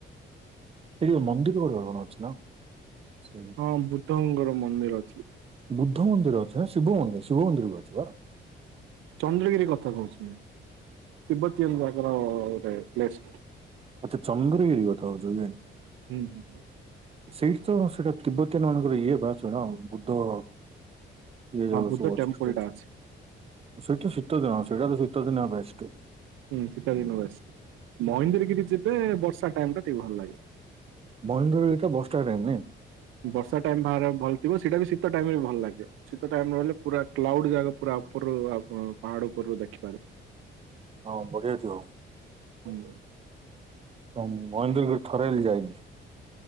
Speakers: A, on the right; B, on the right.
A: ସେଠି ମନ୍ଦିର କଣ ଗୋଟେ ଅଛି ନା? ସେ
B: ହଁ ବୁଦ୍ଧଙ୍କର ମନ୍ଦିର ଅଛି।
A: ବୁଦ୍ଧ ମନ୍ଦିର ଅଛି ନା ଶିବ ମନ୍ଦିର ଶିବ ମନ୍ଦିର ବି ଅଛି ପା।
B: ଚନ୍ଦ୍ରଗିରି କଥା କହୁଛନ୍ତି ତିବବତୀ ଯାକର ଗୋଟେ ପ୍ଲେସ୍ ଅଛି।
A: ଆଚ୍ଛା ଚନ୍ଦ୍ରଗିରି କଥା ହଉଛନ୍ତି।
B: ହୁଁ ହୁଁ।
A: ସେଇଠି ତ ସେଇଟା ତତିିବ୍ବତାନ ମାନଙ୍କର ଇଏ ବା ସେ ବୁଦ୍ଧ ଇଏ ଯାଉ
B: ହଁ ବୁଦ୍ଧ
A: ସବୁ ଅଛ
B: ଟେମ୍ପଲ
A: ଅ
B: ଟା ଅଛି
A: ସେଇଟା ଶୀତ ଦିନ ସେଟା ତ ଶୀତ ଦିନ ବେଷ୍ଟ।
B: ହୁଁ ସୀତ ଦିନେ ବେଶ। ମହନ୍ଦ୍ର ଗିରି ଯେବେ ବର୍ଷା ଟାଇମ୍ ଟା ଟିକେ ଭଲ ଲାଗେ।
A: ମହନ୍ଦ୍ରଗିରି ଟା ବସ୍ ଷ୍ଟାଣ୍ଡ ରେ ନାହିଁ
B: ବର୍ଷା ଟାଇମ ପାଗ ଟା ଭଲ ଥିବ ସେଇଟା ବି ଶୀତ ଟାଇମରେ ବି ଭଲ ଲାଗିବ। ଶୀତ ଟାଇମ ରହିଲେ ପୁରା କ୍ଲାଉଡ ଜାଗା ପୁରା ଉପରରୁ ପାହାଡ ଉପରରୁ ଦେଖିପାରିବେ।
A: ହଁ ବଢ଼ି ଅଛୁ ଆଉ।
B: <unintelligible>
A: ହ ମହେନ୍ଦ୍ରଗିରି ଥରେହେଲେ ଯାଇନି